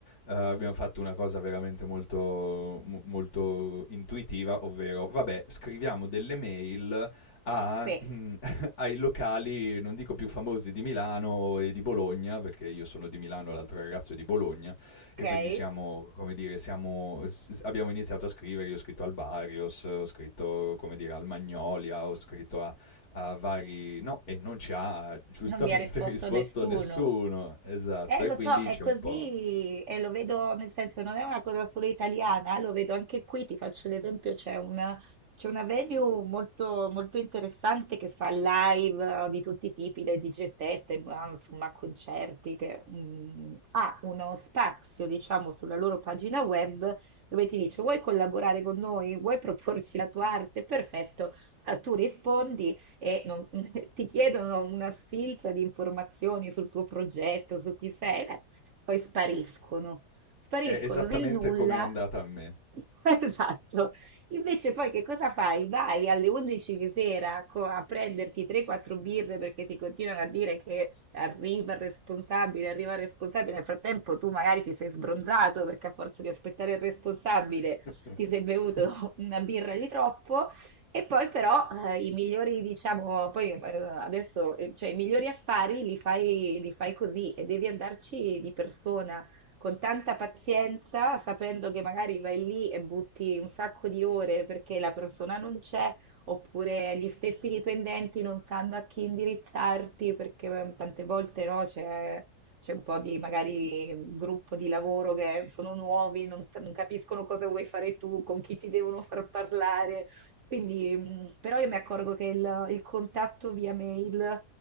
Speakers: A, on the left; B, on the right.
A: eh, abbiamo fatto una cosa veramente molto, mo- molto intuitiva, ovvero, vabbè, scriviamo delle mail a-
B: Sì,
A: mm, <laughs> ai locali, non dico più famosi di Milano e di Bologna, perché io sono di Milano, l'altro ragazzo è di Bologna, e
B: ok.
A: quindi siamo, come dire, siamo, s- abbiamo iniziato a scrivere, io ho scritto al Barrios, ho scritto, come dire, al Magnolia, ho scritto a, a vari... No, e non ci ha giustamente
B: Non vi ha risposto
A: <laughs> risposto
B: nessuno.
A: nessuno, esatto,
B: Eh,
A: e
B: lo
A: quindi
B: so, è
A: c'è
B: così,
A: un po'...
B: e lo vedo nel senso, non è una cosa solo italiana, eh, lo vedo anche qui, ti faccio l'esempio, c'è una, c'è una venue molto, molto interessante che fa live eh, di tutti i tipi, dai DJ set, ma, insomma, concerti, che mm, ha uno spazio, diciamo, sulla loro pagina web dove ti dice, vuoi collaborare con noi? Vuoi proporci la tua arte? Perfetto, Ah, tu rispondi e non- <laughs> ti chiedono una sfilza di informazioni sul tuo progetto, su chi sei, eh, poi spariscono, spariscono
A: È esattamente
B: nel nulla.
A: come è andata a me.
B: <laughs> Esatto. Invece poi che cosa fai? Vai alle 11 di sera co- a prenderti 3-4 birre perché ti continuano a dire che arriva il responsabile, arriva il responsabile. Nel frattempo tu magari ti sei sbronzato perché a forza di aspettare il responsabile
A: <laughs>
B: ti sei bevuto <laughs> una birra di troppo e poi però eh, i migliori, diciamo, poi eh, adesso, eh, cioè i migliori affari li fai, li fai così e devi andarci di persona, con tanta pazienza, sapendo che magari vai lì e butti un sacco di ore perché la persona non c'è, oppure gli stessi dipendenti non sanno a chi indirizzarti perché eh, tante volte no, c'è c'è un po' di magari un gruppo di lavoro che sono nuovi, non, sa- non capiscono cosa vuoi fare tu, con chi ti devono far parlare. Quindi, mh, però io mi accorgo che il, il contatto via mail,